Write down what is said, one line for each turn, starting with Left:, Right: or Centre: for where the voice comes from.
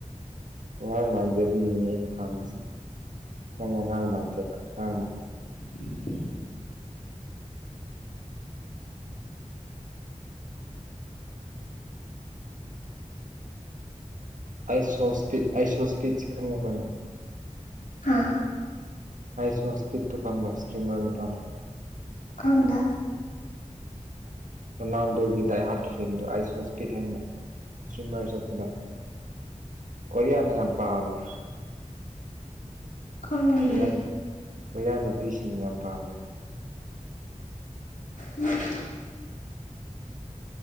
Right: ꯋꯥꯔꯥꯡ ꯃꯥꯟꯖꯦ ꯑꯗꯨꯒꯤꯅꯤ ꯑꯩꯅ ꯄꯥꯝꯃꯤꯁꯦ ꯅꯪ ꯑꯉꯥꯡ ꯃꯥꯟꯗꯦꯕ ꯑꯉꯥꯡ
Left: <inaudible>
Right: ꯑꯥꯏꯁꯣꯁ ꯏꯁꯄꯤꯠ ꯑꯥꯢꯁꯨꯁ ꯏꯁꯄꯤꯠꯁ ꯈꯪꯉꯕ ꯅꯪ
Left: ꯑ
Right: ꯍꯥꯏꯁꯨ ꯍꯁꯄꯤꯠꯇꯨ ꯐꯪꯕ ꯁ꯭ꯔꯤꯃꯥꯟ ꯅꯨꯄꯥꯗꯣ
Left: ꯈꯪꯗꯦ
Right: ꯔꯣꯅꯥꯜꯗꯣꯒꯤ ꯗꯥꯏ ꯍꯔꯠ ꯐꯦꯟꯗ ꯑꯥꯏꯁꯋꯥꯁ ꯄꯤ ꯊꯅ ꯁꯤꯃꯁꯂ ꯀꯔꯤꯌꯥꯅ ꯌꯥꯝ ꯄꯥꯃꯅꯤ
Left: ꯈꯪꯗꯤꯌꯦ
Right: ꯍꯣꯏꯌꯥꯟ ꯍꯣꯏꯌꯥꯟ ꯅꯨꯄꯤꯁꯤꯡ ꯌꯥꯝ ꯄꯥꯝꯃꯤ
Left: ꯎꯝ